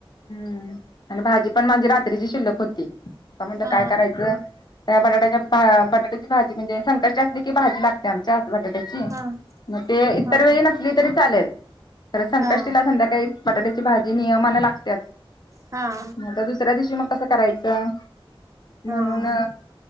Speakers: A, on the left; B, on the right.
A: हम्म आणि भाजी पण माझे रात्रीची शिल्लक होती आता म्हणत
B: हा
A: काय करायचं. बाट्याच्या बटाट्याची भाजी म्हणजे संकष्टी असले की भाजी लागते. आमच्या बटाट्याची
B: हा
A: मग ते इतर
B: हा
A: वेळी नसली तरी चालेल. तर संकष्टीला
B: हा
A: संध्याकाळी बटाट्याची भाजी नियमाने लागतेच.
B: हा.
A: आता दुसऱ्या दिवशी मग कसं करायचं म्हणून.
B: हा